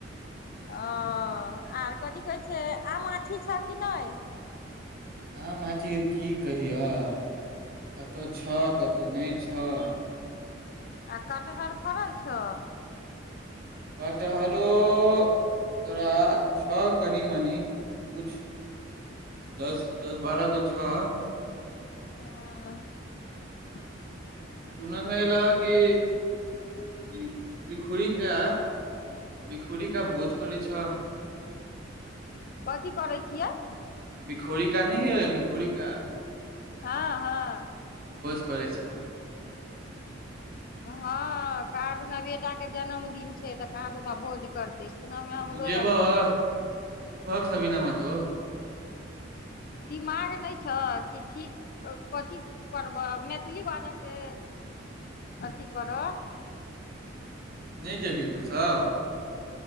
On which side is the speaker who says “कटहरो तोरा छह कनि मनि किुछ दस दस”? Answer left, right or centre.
Right